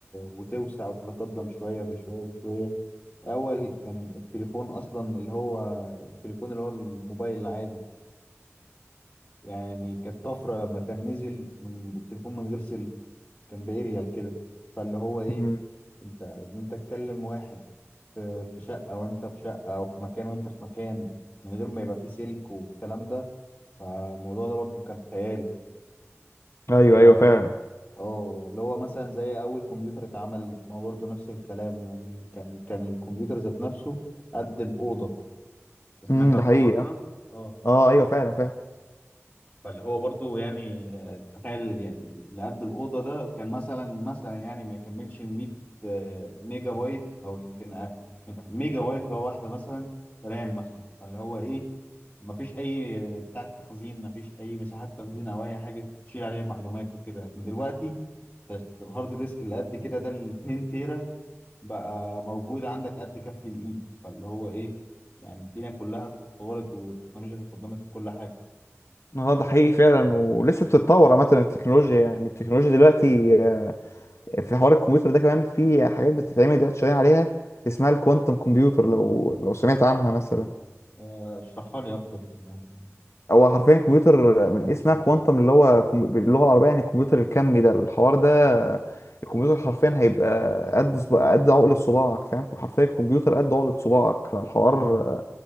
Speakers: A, on the left; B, on the left.
A: وتوسع وتتقدم شويه بشويه بشويه اول كان التليفون اصلا اللي هو التليفون اللي هو الموبايل العادي يعني كانت طفرة لما كان نزل من التليفون من غير سلك كان بإيريال كده فاللي هو إيه
B: مم.
A: أنت إن أنت تكلم واحد في في شقة وأنت في شقة أو في مكان وأنت في مكان من غير ما يبقى فيه سلك والكلام ده فالموضوع ده برضو كان خيال
B: ايوه
A: أنت فاهم
B: ايوه فعلا
A: قصدي؟ اه اللي هو مثلا زي أول كمبيوتر اتعمل ما هو برضو نفس الكلام يعني كان كان الكمبيوter ذات نفسه قد الأوضة سمعت
B: امم
A: على
B: ده حقيقي
A: الحوار ده؟ اه
B: اه ايوه فعلا فعلا
A: فاللي هو برضو يعني آه، تخيل يعني اللي قد الأوضة ده كان مثلا مثلا يعني ما يكملش 100 آه، ميجا بايت أو يمكن أقل. ميجا بايت هو واحدة مثلا رام مثلا فاللي هو إيه ما فيش أي بتاع تخزين ما فيش أي مساحات تخزين أو أي حاجة تشيل عليها معلومات وكده لكن دلوقتي الهارد ديسك اللي قد كده ده ال 2 تيرا بقى موجود عندك قد كف الإيد فاللي هو إيه يعني الدنيا كلها اتطورت والتكنولوجيا اتقدمت في كل حاجة
B: اه ده حقيقي فعلا ولسه بتتطور عامه التكنولوجيا يعني التكنولوجيا دلوقتي آه، في حوار الكمبيوتر ده كمان في حاجات بتتعمل دلوقتي شغالين عليها اسمها الكوانتم كمبيوتر لو لو سمعت عنها مثلا
A: آه، اشرحها لي اكتر يعني
B: هو حرفيا كمبيوتر من
A: تفاصيل
B: اسمها كوانتم اللي هو كم- باللغه العربيه يعني الكمبيوتر الكمي ده الحوار ده آه، الكمبيوتر حرفيا هيبقى قد صب- قد عقل صباعك فاهم حرفيا الكمبيوتر قد عقل صباعك فالحوار
A: اه